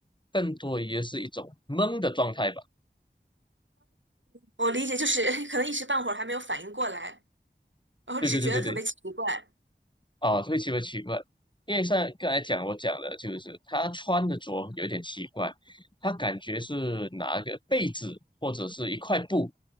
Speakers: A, on the left; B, on the right.
A: 更多也是一种懵的状态吧。
B: 我理解就是 <laughs> 可能一时半会儿还没有反应过来，然后只觉得特别奇怪。
A: 对对对对对，啊，会奇怪奇怪，因为像刚才讲我讲的，就是他穿的着有点奇怪，他感觉是拿一个被子或者是一块布